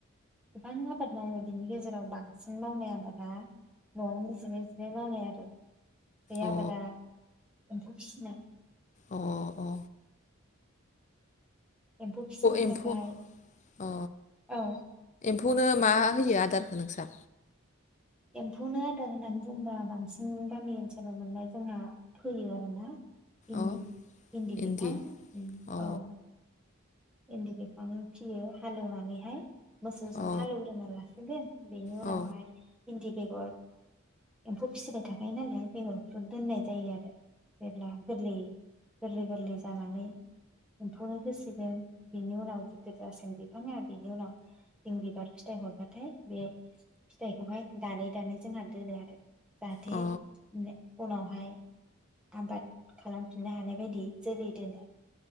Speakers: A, in the centre; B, on the left.
A: गोबां आबाद मावो बिनि गेजेराव बांसिन मावनाय आबादा न'आवनो जिराय जिराय मावनाय आरो। बे
B: अ
A: आबादा एम्फौ फिसिनाय।
B: अ औ
A: एम्फौ फिसिनो
B: एम्फौ
A: थाखाय
B: अ
A: औ
B: एम्फौनो मा होयो आदारखौ नोंसा।
A: एम्फौनो आदार होननानै बुंबा बांसिन गामि ओनसोलाव मोननाय जोंहा फैयो आरोना। इन्दि
B: अ
A: -इन्दि
B: इन्दि
A: बिफां
B: अ
A: औ इन्दि बिफां फिसियो हालेवनानैहाय। मोसौजों
B: अ
A: हालेवग्रो ला गोन बेनि उनावहाय
B: औ अ
A: इन्दि बेगर एम्फौ फिसिबाय थाखायो नालाय बेगरखौ दोननाय जायो आरो जेब्ला गोरलै गोरलै गोरलै जानानै एम्फौनो होसिगोन बिनि उनाव गिदिर जासागोन बिफाङा बिनि उनाव जों बिबार फिथाइ हरबाथाय बे फिथाइखौहाय दानै दानै जोंहा दोनो आरो जाहाथे
B: अ
A: उन उनावहाय आबाद खालामफिननो हानाय बायदि जोलै दोनो।